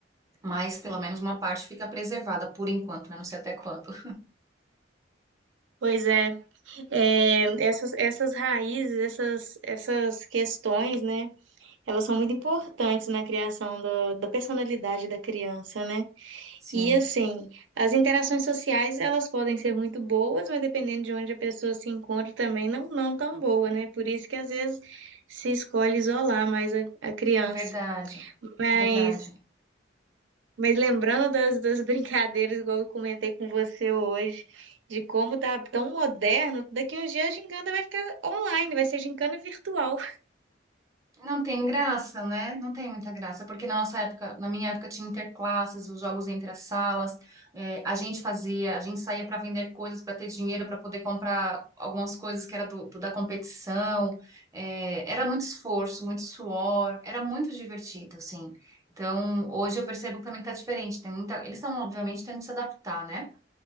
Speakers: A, on the right; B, on the right.
A: Mas pelo menos uma parte fica preservada por enquanto, né? Não sei até quando.
B: Pois é, é, essas, essas raízes, essas, essas questões, né? Elas são muito importantes na criação do- da personalidade da criança, né?
A: Sim,
B: E assim, as interações sociais, elas podem ser muito boas, mas dependendo de onde a pessoa se encontra também não, não tão boa, né? Por isso que às vezes se escolhe isolar mais a, a criança.
A: verdade,
B: Mas,
A: verdade.
B: mas lembrando das, das <laughs> brincadeiras, igual eu comentei com você hoje, de como tá tão moderno, daqui uns dias a gincana vai ficar online, vai ser gincana virtual.
A: Não tem graça, né? Não tem muita graça, porque na nossa época, na minha época, tinha interclasses, os jogos entre as salas, é, a gente fazia, a gente saía para vender coisas para ter dinheiro para poder comprar algumas coisas que era do, do- da competição. é, era muito esforço, muito suor, era muito divertido, assim. Então, hoje eu percebo que também tá diferente. Tem muita, eles estão, obviamente, tendo que se adaptar, né?